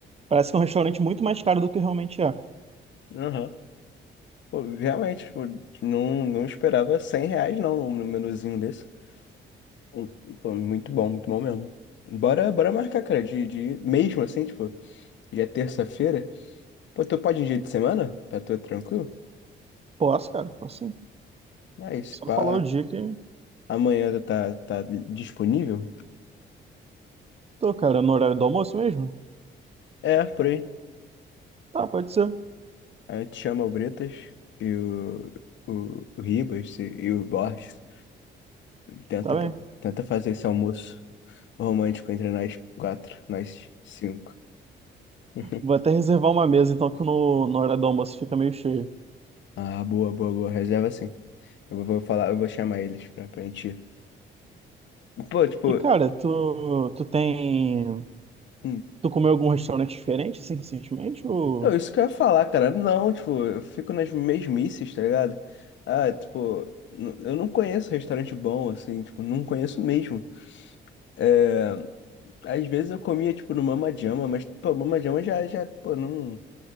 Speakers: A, on the right; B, on the left.
A: Parece que é um restaurante muito mais caro do que realmente é.
B: Aham. Pô, realmente, tipo, não, não esperava 100 reais não, um númerozinho desse. Um- Pô, muito bom, muito bom mesmo. Bora, bora marcar, cara, de, de mesmo assim, tipo, já é terça-feira. Pô, tu pode em dia de semana? Pra tu é tranquilo?
A: Posso, cara, posso sim.
B: Aí, se
A: Só
B: pá,
A: falar o dia que
B: amanhã tu tá, tá disponível?
A: tô, cara, no horário do almoço mesmo?
B: É, por aí.
A: Tá, pode ser.
B: Aí te chama o Bretas e o, o, o Ribas e, e o Borges. Tenta,
A: Tá bem.
B: tenta fazer esse almoço romântico entre nós quatro, nós cinco. <laughs>
A: Vou até reservar uma mesa, então, que no, no horário do almoço fica meio cheio.
B: Ah, boa, boa, boa. Reserva sim. Eu vou falar, eu vou chamar eles pra, pra gente ir. Pô, tipo,
A: E, cara, tu, tu tem.
B: hum.
A: Tu comeu algum restaurante diferente, assim, recentemente? Ou.
B: Não, isso que eu ia falar, cara. Não, tipo, eu fico nas mesmices, tá ligado? Ah, tipo, n- eu não conheço restaurante bom, assim, tipo, não conheço mesmo. É, às vezes eu comia, tipo, no Mama Jama, mas, pô, Mama Jama já, já, pô, não,